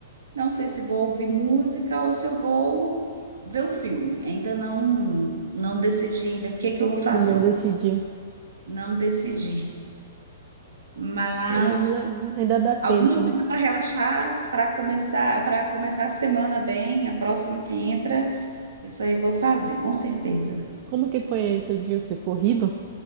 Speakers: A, on the right (about 75°); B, on the right (about 45°).
A: Não sei se vou ouvir música ou se eu vou ver um filme. Ainda não, não decidi ainda o que que eu vou fazer.
B: Não decidiu.
A: Não decidi. Mas
B: Ah, Mas né, ainda dá tempo,
A: Alguma
B: né?
A: coisa para relaxar, para começar, para começar a semana bem, a próxima que entra. Isso aí eu vou fazer, com certeza.
B: Como que foi aí teu dia? Foi corrido?